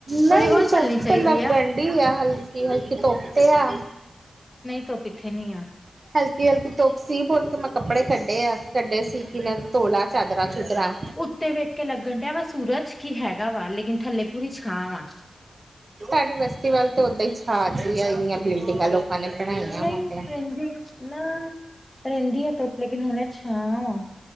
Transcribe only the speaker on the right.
ਨਹੀਂ
ਧੁੱਪ
ਤੇ ਲੱਗਣ
ਡੀ ਆ, ਹਲਕੀ- ਹਲਕੀ ਧੁੱਪ ਤੇ ਆ।
ਹਲਕੀ -ਹਲਕੀ ਧੁੱਪ ਸੀ, ਬਲ ਕੇ ਮੈਂ ਕੱਪੜੇ ਕੱਢੇ ਆ, ਕੱਢੇ ਸੀ ਕਿ ਮੈਂ ਧੋਲਾ ਚਾਦਰਾਂ- ਚੁਦਰਾ
ਤੁਹਾਡੀ ਬਸਤੀ ਵੱਲ ਤੇ ਓਦਾਂ ਹੀ ਛਾਂ ਇੰਨੀਆਂ ਬਿਲਡਿੰਗਾਂ ਲੋਕਾਂ ਨੇ। ਬਣਾਈਆਂ
ਵਾ ਤੇ